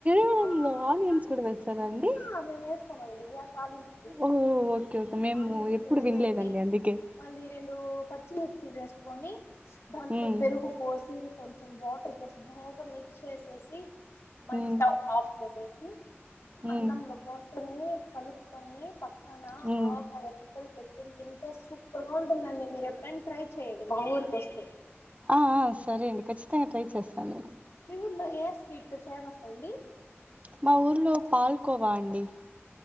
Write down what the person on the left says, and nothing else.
ఆ
ఒక
ఆ మేము వేసుకోమండి ఆ తాలింపుకి
ఆనియన్స్
వేసేసి
మళ్ళీ రెండు పచ్చి మిర్చి వేస్కోని దాంట్లో
పెరుగు పోసి కొంచెం వాటర్ పోసి బాగా మిక్స్ చేసేసి మళ్ళీ
స్టవ్ ఆఫ్ చేసేసి
అన్నంలో పోసుకోని కలుపుకొని పక్కన
ఆవకాయ ముక్కలు లు పెట్టుకుని తింటే సూపర్ గా ఉంటుందండి మీరు ఎప్పుడైనా ట్రై చెయండి మా ఊరికి వస్తే
మీ ఊర్లో ఏ స్వీట్ ఫేమస్ అండి